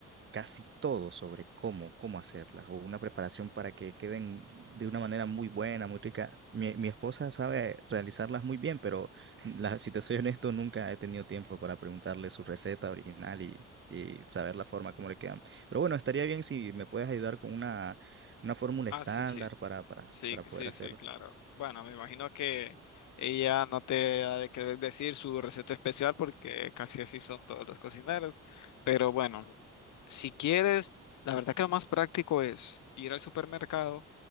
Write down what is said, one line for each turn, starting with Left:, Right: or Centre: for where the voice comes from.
Right: casi todo sobre cómo, cómo hacerlas o una preparación para que queden de una manera muy buena, muy rica. Mi, mi esposa sabe realizarlas muy bien, pero la- si te soy honesto, nunca he tenido tiempo para preguntarle su receta original y, y saber la forma como le quedan. Pero bueno, estaría bien si me puedes ayudar con una, una fórmula
Left: Ah,
Right: estándar
Left: sí, sí.
Right: para, para,
Left: Sí,
Right: para poder
Left: sí,
Right: hacerlo.
Left: sí, claro. Bueno, me imagino que ella no te ha de querer decir su receta especial porque casi así son todos los cocineros. Pero bueno, si quieres, la verdad que lo más práctico es ir al supermercado